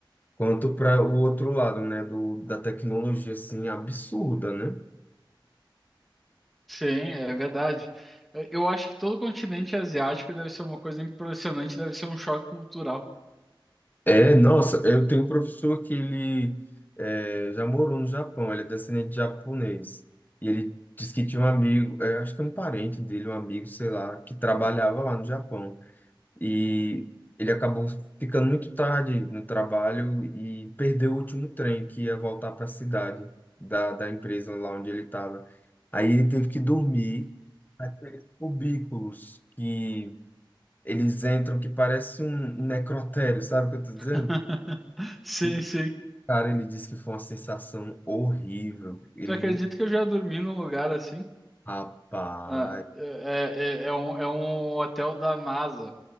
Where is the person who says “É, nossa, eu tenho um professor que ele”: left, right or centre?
Left